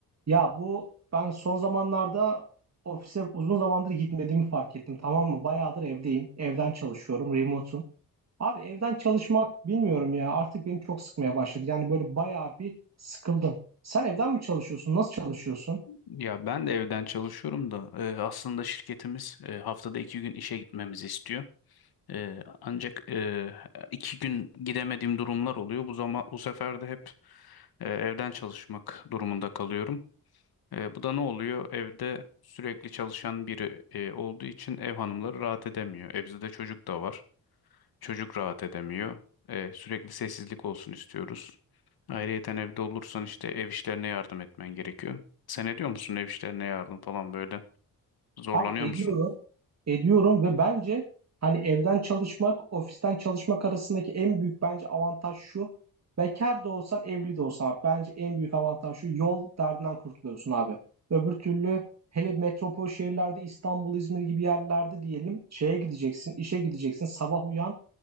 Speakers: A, on the right (about 45°); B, on the left (about 70°).
A: Ya bu ben son zamanlarda ofise uzun zamandır gitmediğimi fark ettim tamam mı? Bayağıdır evdeyim. Evden çalışıyorum, remote'um. Abi evden çalışmak bilmiyorum ya artık beni çok sıkmaya başladı. Yani böyle bayağı bir sıkıldım. Sen evden mi çalışıyorsun? Nasıl çalışıyorsun?
B: Ya ben de evden çalışıyorum da e, aslında şirketimiz e, haftada iki gün işe gitmemizi istiyor. E, ancak e, iki gün gidemediğim durumlar oluyor. Bu zaman bu sefer de hep e, evden çalışmak durumunda kalıyorum. E, bu da ne oluyor? Evde sürekli çalışan biri e, olduğu için ev hanımları rahat edemiyor. E bizde de çocuk da var. Çocuk rahat edemiyor. E, sürekli sessizlik olsun istiyoruz. Ayrıyeten evde olursan işte ev işlerine yardım etmen gerekiyor. Sen ediyor musun ev işlerine yardım falan böyle? Zorlanıyor
A: Abi ediyorum,
B: musun?
A: ediyorum ve bence hani evden çalışmak, ofisten çalışmak arasındaki en büyük bence avantaj şu. Bekar da olsan, evli de olsan abi, bence en büyük avantaj şu. Yol derdinden kurtuluyorsun abi. Öbür türlü hele metropol şehirlerde İstanbul, İzmir gibi yerlerde diyelim şeye gideceksin, işe gideceksin, sabah uyan,